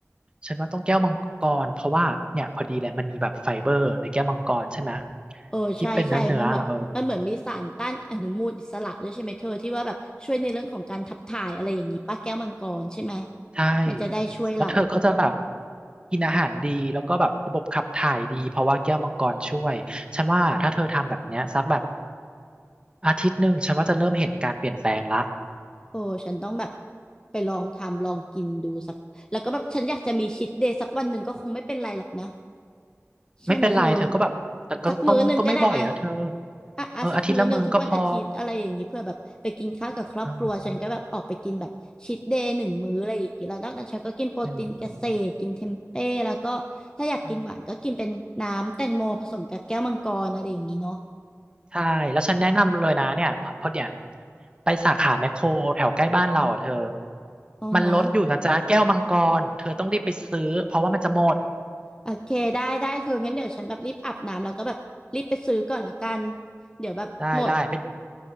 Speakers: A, on the right; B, on the left.
A: ฉันว่าต้องแก้วมังกรเพราะว่าเนี่ยพอดีเลยมันมีแบบไฟเบอร์ในแก้วมังกรใช่ไหม
B: เออใช่ใช่มันแบบมันเหมือนมีสารต้านอนุมูลอิสระด้วยใช่ไหมเธอที่ว่าแบบช่วยในเรื่องของการขับถ่ายอะไรอย่างนี้ป้าแก้วมังกรใช่ไหม
A: ที่เป็นเนื้อเนื้อเออใช่
B: มันจะได้ช่วยเรา
A: แล้วเธอก็จะแบบกินอาหารดีแล้วก็แบบระบบขับถ่ายดีเพราะว่าแก้วมังกรช่วยฉันว่าถ้าเธอทำแบบเนี้ยสักแบบอาทิตย์หนึ่งฉันว่าจะเริ่มเห็นการเปลี่ยนแปลงละ
B: โอ้ฉันต้องแบบไปลองทำลองกินดูสักแล้วก็แบบฉันอยากจะมีชีทเดย์สักวันหนึ่งก็คงไม่เป็นไรหรอกนะ ใช่ไหมเธอ
A: ไม่เป็นไรเธอก็แบบแต่ก็ต้องก็ไม่บ่อยอะเธอ
B: สักมื้อหนึ่งก็ได้อะอ่ะอ่ะสักมื้อหนึ่งทุกวันอาทิตย์อะไรอย่างนี้เพื่อแบบไปกินข้าวกับครอบครัวฉันก็แบบออกไปกินแบบชีทเดย์หนึ่งมื้ออะไรอย่างนี้แล้วนอกนั้นฉันก็กินโปรตีนเกษตรกินเทมเป้แล้วก็ถ้าอยากกินหวานก็กินเป็นน้ำแตงโมผสมกับแก้วมังกรอะไรอย่างนี้เนาะ
A: เอออาทิตย์ละมื้อก็พออืม ใช่ แล้วฉันแนะนำเลยนะเนี่ยพอพอเนี่ยไปสาขาแมคโครแถวใกล้บ้านเราอะเธอ
B: อ๋อฮะ
A: มันลดอยู่นะจ๊ะแก้วมังกร เธอต้องรีบไปซื้อเพราะว่ามันจะหมด
B: โอเคได้ได้เธองั้นเดี๋ยวฉันแบบรีบอาบน้ำแล้วก็แบบรีบไปซื้อก่อนละกันเดี๋ยวแบบหมด
A: ได้ได้ไป